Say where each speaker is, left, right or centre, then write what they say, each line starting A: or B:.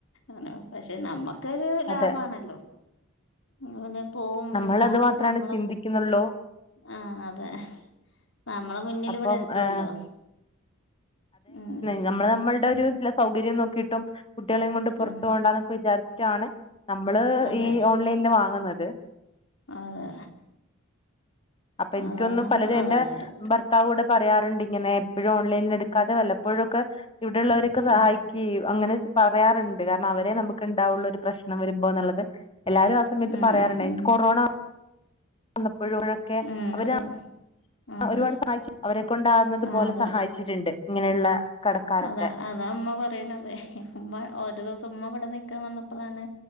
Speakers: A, on the left; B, on the left.
A: അതാ <unintelligible> പക്ഷെ നമ്മക്ക് ക്ക് ലാഭാണല്ലോ
B: അതെ
A: ഇങ്ങനൊ പോവും
B: നമ്മൾ
A: വേണ്ടാ
B: അത് മാത്രമാണ്
A: അമ്മള്
B: ചിന്തിക്കുന്നുള്ളൂ
A: ആഹ് അതെ നമ്മളെ മുന്നില്
B: അപ്പം
A: ഇവടെ എത്തോല്ലോ
B: ഏഹ്,
A: ഉം
B: നമ്മള് നമ്മളുടെ ഒരു ല സൗകര്യം നോക്കിയിട്ടും കുട്ടികളെയും കൊണ്ട് പൊറ്ത്തു
A: ഉം
B: പോണ്ടാന്നൊക്കെ വിചാരിച്ചിട്ടാണ് നമ്മള്
A: അതെ
B: ഈ ഓൺലൈനില് വാങ്ങ്ന്നത്
A: അതെ
B: അപ്പൊ ഇൻക്കൊന്നും
A: അതാണ്
B: പലതും
A: അതാണൊരു
B: എന്റെ ഭർത്താവൂടെ പറയാറ്ണ്ട് ഇങ്ങനെ എപ്പോഴും ഓൺലൈനിന്ന് എടുക്കാതെ വല്ലപ്പോഴൊക്കെ ഇവിടെയുള്ളവരൊക്കെ
A: ഉം
B: സഹായിക്കെ യു അങ്ങനെ സ് പറയാറ്ണ്ട് കാരണം അവരെ നമുക്ക് ഉണ്ടാവുള്ളൂ ഒരു പ്രശ്നം വരുമ്പോന്നുള്ളത് എല്ലാവരും ആ സമയത്ത്
A: ഉം
B: പറയാറ്ണ്ട്
A: ഉം
B: എനിക്ക് കൊറോണ വന്നപ്പോ <unintelligible> ഴൊക്കെ
A: ഉം
B: അവര്
A: ഉം അതെ
B: ഒരുപാട്
A: അതെ
B: സഹായിച്ച അവരെക്കൊണ്ടാകുന്നത്
A: ആഹ്
B: പോലെ
A: അതെ
B: സഹായിച്ചിട്ട്ണ്ട് ഇങ്ങനെയുള്ള കടക്കാരൊക്കെ
A: അതാ അതാ അമ്മ പറ് ണത് ഉമ്മ ഓരു ദിവസം ഉമ്മ ഇവിടെ നിക്കാൻ വന്നപ്പളാണ്